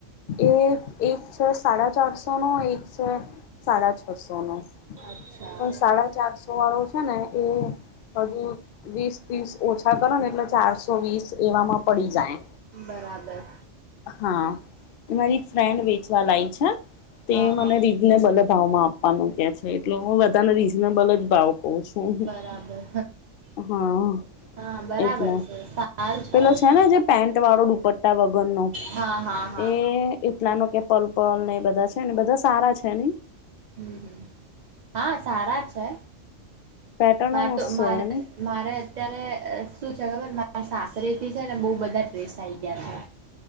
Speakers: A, on the left (about 60°); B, on the right (about 55°).
A: એ એક છે સાડા ચારસો નો એક છે સાડા છસોનો.
B: અચ્છા
A: પણ સાડા ચારસો વાળો છે ને એ હજુ વીસ ત્રીસ ઓછા કરો ને એટલે ચારસો વીસ એવામાં પડી જાય.
B: બરાબર.
A: હા એ મારી ફ્રેન્ડ વેચવા લાયી છે. તે
B: હા હા
A: મને રીઝનેબલ ભાવમાં આપવાનું કે છે એટલે હું બધાને રીઝનેબલ જ ભાવ કઉ છું
B: બરાબર,
A: હા
B: હા બરાબર
A: એટલે
B: છે.
A: પેલો
B: એમ
A: છે
B: તો
A: ને જે પેન્ટ વાળો દુપટ્ટા વગરનો
B: હા હા હા
A: એ નાનકડું પલ પલ ને એ બધા છે ને સારા છે ની?
B: હમ્મ, હા સારા છે.
A: પેટર્નો
B: મારે
A: મસ્ત
B: તો માર
A: છે નઈ
B: મારે અત્યારે શું છે ખબર મારા સાસ રેતી છે ને બહુ બધા ડ્રેસ આઈ ગયા છે.